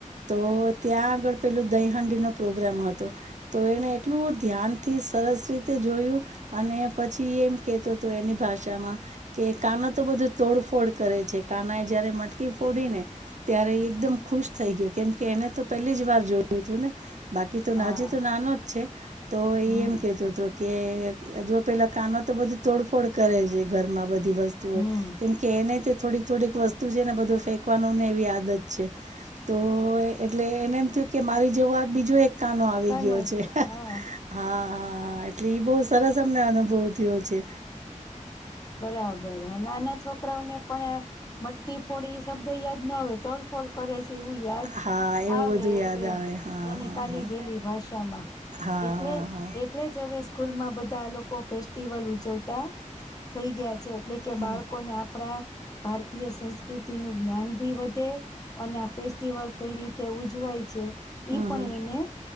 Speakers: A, on the right (about 65°); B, on the left (about 30°).
A: તો ત્યાં આગળ પેલું દહીહાંડી નો પ્રોગ્રામ હતો તો એને એટલું ધ્યાન થી સરસ રીતે જોયું અને પછી એમ કેતો તો એની ભાષા મા કે કાનો તો બધું તોડફોડ કરે છે કાના એ જયારે મટકી ફોડીને ત્યારે એકદમ ખુશ થઈ ગયો કેમ કે એને તો પેલી જ વાર જોયુ તુ ને બાકી તો
B: હા
A: હજી તો નાનો જ છે તો એ
B: હમ
A: એમ કેતો હતો કે જો પેલા કાના તો બધી તોડફોડ કરે છે ઘરમાં બધી ધી વસ્તુઓ
B: હમ
A: કેમ કે એનેય તે થોડીક થોડીક વસ્તુ છે ને બધુ ફેંકવાનુ ને એવી આદત છે તો એટલે એને એમ થયું કે મારી જેવું બીજું એક કાનો આવી
B: ઘનો
A: છે
B: હા
A: હા એટલે ઈ બિહારી સરસ અમને અનુભવ ભવ થયો છે
B: બરાબર નાના છોકરાઓને પણ મટકી ફોડી એ શબ્દ યાદ નો હોય તોલફોડ કરે છે તેવુ યાદ
A: હા એવું
B: આવે
A: બધું યાદ
B: એમ
A: આવે હા
B: એની
A: હા
B: કાલી
A: હા
B: ઘેલી ભાષામા
A: હા
B: એટલે
A: હા હા.
B: એટલે જ હવે સ્કૂલમાં બધા લોકો ફેસ્ટિવલ ઉજવતા થઈ ગયા છે એટલે કે
A: હમ. હમ.
B: બાળકોને આપણા ભારતીય સંસ્કૃતિનુ જ્ઞાન ભી વધે અને આ ફેસ્ટિવલ કઈ રીતે ઉજવાય છે ઈ પણ
A: હમ હમ.
B: એને